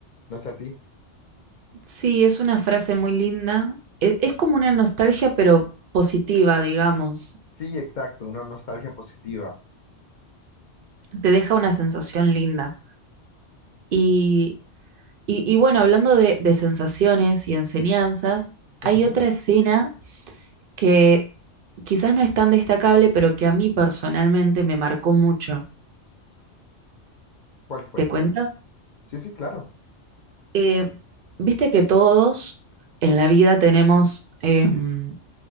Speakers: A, on the left (about 50°); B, on the right (about 60°).
A: no sé a ti.
B: Sí, es una frase muy linda. E- Es, como una nostalgia, pero positiva, digamos.
A: Sí, exacto, una nostalgia positiva.
B: Te deja una sensación linda. Y, y- y bueno, hablando de, de sensaciones y enseñanzas, hay
A: Ujú,
B: otra escena que quizás no es tan destacable, pero que a mí personalmente me marcó mucho.
A: ¿Cuál fue?
B: ¿Te cuento?
A: Sí, sí, claro.
B: Eh, viste que todos en la vida tenemos em,